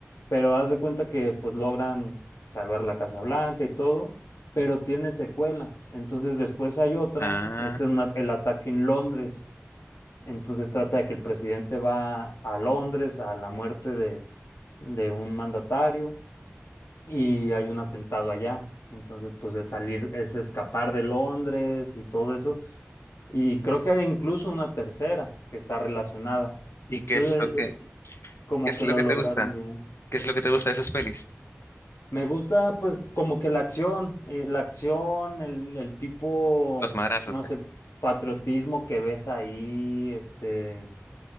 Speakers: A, on the left; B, on the left.
A: Pero haz de cuenta que pues logran salvar la Casa Blanca y todo, pero
B: Ujú.
A: tiene secuela. Entonces después hay otra,
B: Ah,
A: que es una- el ataque en Londres. Entonces trata de que el presidente va a Londres a la muerte de, de un mandatario y hay un atentado allá. Entonces, pues es salir, es escapar de Londres y todo eso y creo que hay incluso una tercera que está relacionada.
B: ¿y qué
A: Entonces,
B: es lo que,
A: eh, como
B: qué es
A: que
B: lo
A: lo
B: que
A: lograron
B: te gusta?
A: bien.
B: ¿Qué es lo que te gusta de esas pelis?
A: Me gusta, pues, como que la acción, eh, la acción, el, el tipo,
B: Los madrazos,
A: no
B: pues.
A: sé, patriotismo que ves ahí, este,